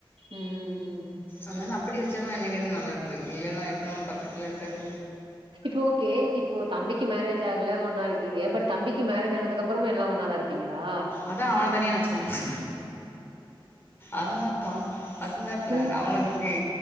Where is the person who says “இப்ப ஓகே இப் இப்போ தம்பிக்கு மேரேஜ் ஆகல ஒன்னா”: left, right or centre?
Right